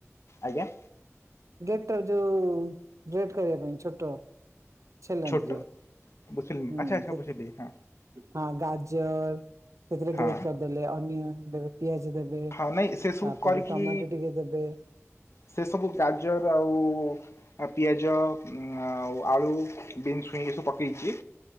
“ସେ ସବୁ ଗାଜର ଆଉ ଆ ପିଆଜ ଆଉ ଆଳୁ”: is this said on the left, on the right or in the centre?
Left